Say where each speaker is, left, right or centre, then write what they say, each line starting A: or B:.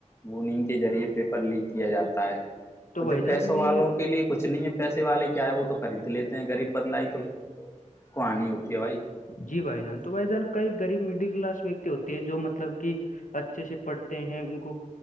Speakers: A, on the left; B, on the left.
A: وہ انگ کے ذریعے پیپر لیک کیا جاتا ہے
B: تو
A: اور
B: بھائی
A: جو
B: جان
A: پیسوں
B: میں
A: والوں کے لیے کچھ نہیں ہے پیسے والے کیائے وہ تو خرید لیتے ہیں غریب بندہ ہی تو کوانی ہوتی ہے بھائی
B: جی بھائی جان تو بھائی جان کئی غریب مڈل کلاس ویکتی ہوتے ہیں جو مطلب کہ اچھے سے پڑھتے ہیں ان کو